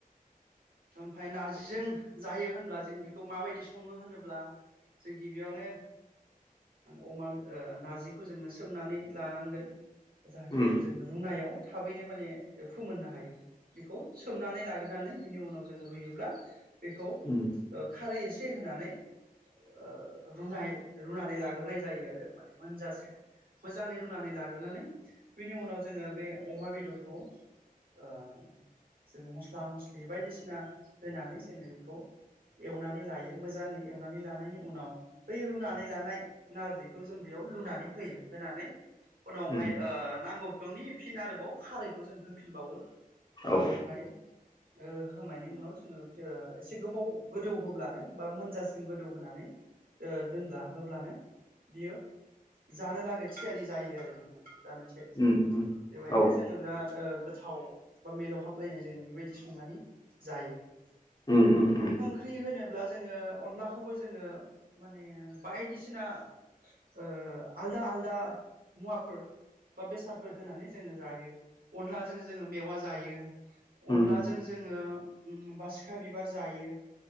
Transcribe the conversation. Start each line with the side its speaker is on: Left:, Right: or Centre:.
Right: ओमफाय नार्जिजों जायो होनब्ला जों बेखौ माबायदि सङो होनोब्ला जों गिबियावनो ओ अमाब ओ नार्जिखौ जोङो सोमनानै लानांगोन जाहाथे
Left: उम
Right: जों रुनायाव थाबैनो माने फोमोननो हायो बेखौ सोमनानै लाग्रोनानै बिनि उनाव जोङो रुयोब्ला बेखौ ओ
Left: उम
Right: खारै एसे होनानै ओ‌ रुनाय रुनानै लाग्रोनाय जायो आरो माने मोनजासिम मोजाङै रुनानै लाग्रोनानै बिनि उनाव जोङो बे अमा बेदरखौ ओ‌ जोङो मस्ला मस्लि बायदिसिना होनानै जोङो बेखौ एवनानै लायो मोजाङै एवनानै लानायनि उनाव बै रुनानै लानाय नारजिखौ जों बेयाव लुनानै होयो होनानै उनावहाय
Left: उम
Right: ओ नांगौ बिफांनि फिन आरोबाव खारैखौ जों होफिनबावो ओ
Left: औ
Right: ओमफाय ओ होखांनायनि उनाव जोङो जो‌ एसे गोबाव गोदौ होब्लानो बा मोनजासिम गोदौहोनानै ओ दोनब्ला होब्लानो बियो जानो लागै थिखारि जायो आरो नोंथां जानो थियारि
Left: उम
Right: जायो
Left: उम
Right: बेबायदिनो
Left: औ
Right: जोङो बिराद ओ गोथाव बा मिलौहाब हाबलायनाय जोङो बेबायदि संनानै जायो ।
Left: उम उम उम
Right: ओंख्रि होनोब्ला जोङो अनलाखौबो जोङो माने बायदिसिना ओ आलदा आलदा मुवाफोर बा बेसादफोर होनानै जोङो जायो अनलाजों जोङो मेवा जायो ।
Left: उम
Right: अनलाजों जोङो उम बासिखा बिबार जायो ।